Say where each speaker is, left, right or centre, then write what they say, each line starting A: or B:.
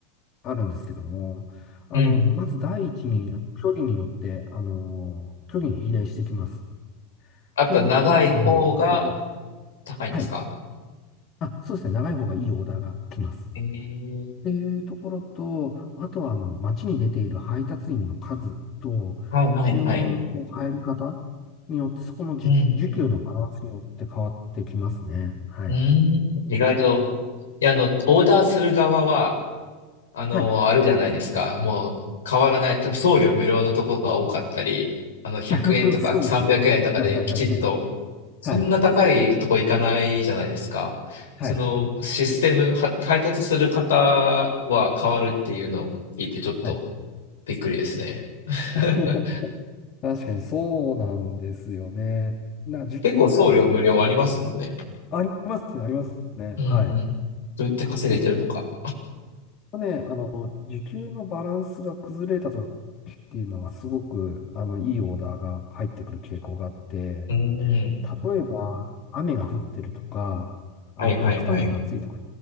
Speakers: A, on the left; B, on the left.
A: あるんですけども、あの、
B: うんうん。
A: まず第一に、距離によって、あの、距離に比例してきます。
B: やっぱ長い方が
A: っていうところと、あとは、
B: 高いんですか
A: はい。あ、そうですね。長い方がいいオーダーが来ます。
B: えー、
A: っていうところと、あとは、あの、街に出ている配達員の数と、
B: はいはいはい。
A: 注文の入り方によって、そこのじゅ需給のバランスによって変わってきますね。
B: うんうん
A: はい。
B: うーん、意外と、いや、あの、オーダーする側は、あの、
A: はい。
B: あれじゃないですか。もう変わらない。多分送料無料のところが多かったり、あの、100円とか300円とかできちっと、
A: <laughs> そうですね。はい、はい、はい、はい。
B: そんな高いとこ行かないじゃないですか。
A: はい。はい
B: そのシステム、は配達する方は変わるっていうのを聞いてちょっと
A: はい
B: びっくりですね。<laughs>
A: <laughs> 確かにそうなんですよね。な、時給のバランスも
B: 結構送料無料ありますもんね。
A: ありますね、ありますね。
B: うんうん。
A: はい。
B: どうやって稼げてるのか。
A: で、そね、あの、時給のバランスが崩れた時っていうのがすごく、あの、いいオーダーが入ってくる傾向があって、
B: うん。
A: 例えば、雨が降ってるとか、あの、
B: はいはいはい。
A: 極端に暑いとか、